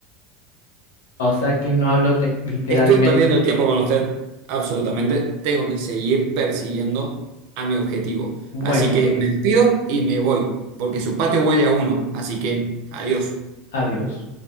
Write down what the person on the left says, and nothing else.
o sea que no hablo te- literalmente.
Bueno,
adiós.